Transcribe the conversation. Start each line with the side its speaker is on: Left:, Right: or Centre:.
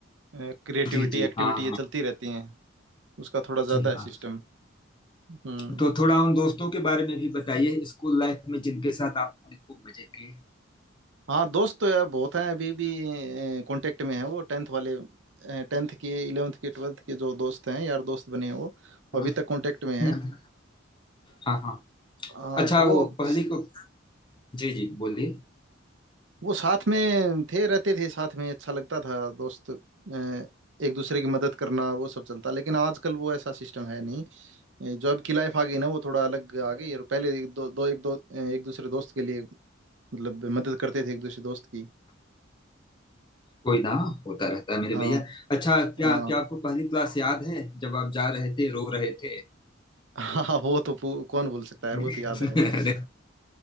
Right: क्रिएटिविटी
Left: जी जी
Right: एक्टिविटी
Left: हाँ हाँ
Right: ये चलती रहती हैं उसका थोड़ा ज़्यादा
Left: जी हाँ
Right: है सिस्टम हम्म
Left: तो थोड़ा उन दोस्तों के बारे में भी बताइए स्कूल लाइफ में जिनके साथ आपने खूब मजे किए
Right: हाँ दोस्त तो यार बहुत हैं अभी भी कांटेक्ट में हैं वो टेंथ वाले टेंथ के इलेवेंथ के ट्वेल्थ के जो दोस्त हैं यार दोस्त बने हैं वो वो
Left: हाँ
Right: अभी तक कांटेक्ट में हैं
Left: हम्म, हाँ हाँ।
Right: हाँ,
Left: अच्छा
Right: तो वो
Left: वो पहली को जी जी बोलिए
Right: वो साथ में थे रहते थे साथ में अच्छा लगता था दोस्त अ, एक दूसरे की मदद करना और वो सब चलता लेकिन आजकल वो ऐसा सिस्टम है नहीं अ, जो अब की लाइफ आ गई ना वो थोड़ा अलग आ गई और पहले एक दो, दो एक दो अ, एक दूसरे दोस्त के लिए मतलब मदद करते थे एक दूसरे दोस्त की
Left: कोई ना होता रहता है मेरे
Right: हाँ
Left: भैया अच्छा क्या
Right: हाँ
Left: क्या आपको पहली क्लास याद है जब आप जा रहे थे रो रहे थे
Right: हाँ वो तो पू- कौन भूल सकता है यार
Left: <laughs>
Right: वो तो याद है
Left: अरे